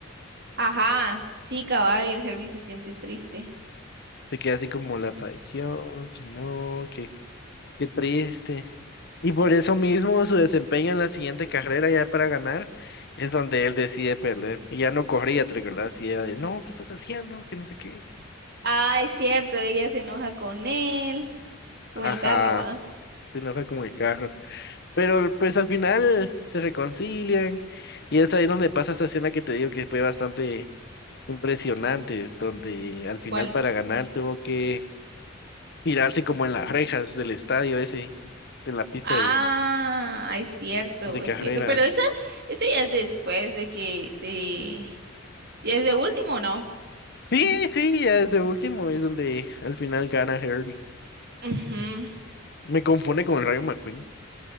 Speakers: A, on the right (about 55°); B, on the left (about 55°).
A: ajá, sí, cabal, y el Herbie se siente triste.
B: Se queda así como la traición, que no, que qué triste. Y por eso mismo su desempeño en la siguiente carrera ya para ganar es donde él decide perder. Y ya no corría, ¿te recordás? Y ella de, no, ¿qué estás haciendo? Que no sé qué.
A: Ah, es cierto, ella se enoja con él, con
B: Ajá,
A: el carro, ¿va?
B: se enoja con el carro. Pero pues al final se reconcilian y es ahí donde pasa esa escena que te digo que fue bastante impresionante, donde al final
A: ¿Cuál?
B: para ganar tuvo que tirarse como en las rejas del estadio ese, de la pista
A: Ah,
B: de,
A: es cierto,
B: de
A: es
B: carreras.
A: cierto, pero esa, esa ya es después de que, de, ya es de último, ¿no?
B: Sí, sí, ya es de último, es donde al final gana Herbie.
A: Ujú.
B: Me confunde con Rayo McQueen.